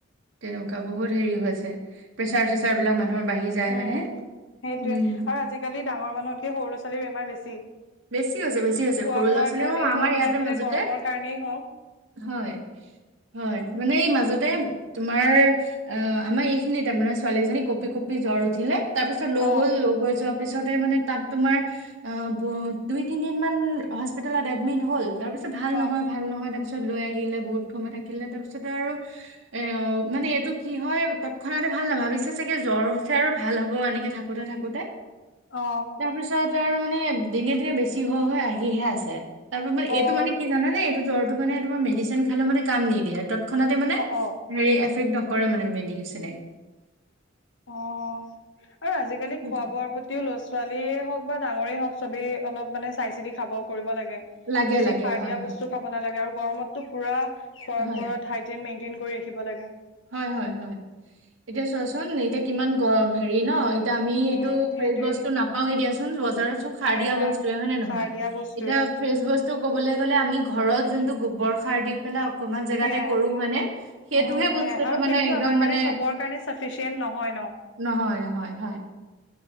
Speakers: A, on the right; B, on the left.
A: তেনেকুৱা বহুত হেৰি হৈছে প্ৰেচাৰ চেচাৰ বিলাক মানুহৰ বাঢ়ি যায়
B: উম
A: হয়নে
B: সেইটয়ে,
A: উম
B: আৰু আজিকালি ডাঙৰ মানুহতকে সৰু ল'ৰা ছোৱালীৰ বেমাৰ বেছি।
A: বেছি হৈছে বেছি হৈছে
B: খোৱা
A: সৰু
B: বোৱাৰ
A: ল'ৰা ছোৱালীৰ,
B: কাৰণেই
A: অ আমাৰ
B: হওক
A: ইয়াতে
B: লাগিলে
A: মাজতে
B: গৰমৰ কাৰণেই হওক
A: হয় হয় মানে এই মাজ তে তোমাৰ অ আমাৰ এইখিনিতে, মানে ছোৱালী এজনী কঁপি কঁপি জ্বৰ উঠিলে তাৰপিছত লৈ
B: অ
A: গল, লৈ গৈ যোৱাৰ পিছতে মানে তাত তোমাৰ অ ব দুই তিনি দিন মান হস্পিতেলত এডমিট হল, তাৰপিছ ত ভাল
B: অ
A: নহয় ভাল নহয় তাৰপি ছত লৈ আহিলে বহুত সময় থাকিলে, তাৰপিছত আৰু এ মানে এইটো কি হয় তৎক্ষণতে ভাল ন ভাবিছো চাগে জ্বৰ হৈছে আৰু ভাল হ'ব এনেকে থাকোতে থাকোতে
B: অ
A: তাৰপিছত আৰু মানে দিনে দিনে বেছি হৈ হৈ আহিহে আছে। তাৰপৰা মানে
B: অ
A: এইটো মানে কি জানেনে এইটো জ্বৰটো মানে তোমাৰ মেডিচিন খালে মানে কাম নিদিয়ে, তৎ ক্ষনাতে মানে
B: অ অ
A: হেৰি এফেক্ট নকৰে মানে মেডিচনে।
B: অঁ আৰু আজিকালি
A: সেইটোৱে।
B: খোৱাবোৱাৰ প্ৰতিও লৰা ছোৱালীয়ে হওক বা ডাঙৰেই হওক চবেই অলপ মানে চাই চিতি খোৱবোৱা কৰিব লাগ গে
A: লাগে
B: বেছি
A: লাগে
B: সাৰ
A: হয়
B: দিয়া
A: হয়
B: বস্তু খাব নালাগে আৰু গৰমটো পোৰা খোৱাৰ
A: হয়
B: ওৰত হাইজিন মেণ্টেইন কৰি ৰাখিব লগে।
A: হয় হয় হয়, এতিয়া চোৱাচোন এতিয়া কিমান গৰম হেৰি ন? এ তিয়া আমি
B: উম
A: এইটো ফ্ৰেচ
B: সেইটোৱে
A: বস্তু নাপাওৱেই দিয়াচোন, ব জাৰত চব সাৰ
B: নাই
A: দিয়া
B: নাই
A: বস্তৱে হয় নে নহয়।
B: সাৰ দিয়া বস্তুৱে
A: এতিয়া ফ্ৰেছ বস্তু ক'বলৈ গ'লে আমি ঘৰত যোনটো গোবৰ সাৰ দি পেলাই অকমান জেগাতে
B: সেয়াই
A: কৰো হয় নে? সেইটোহে
B: উম সেয়াই
A: বস্তু
B: আৰু
A: টো মানে
B: সেয়াটো
A: একদম
B: আমাৰ
A: মানে,
B: কাৰণে চবৰ কাৰণে চাফিচিয়েণ্ট নহয় ন
A: নহয় নহয় হয়।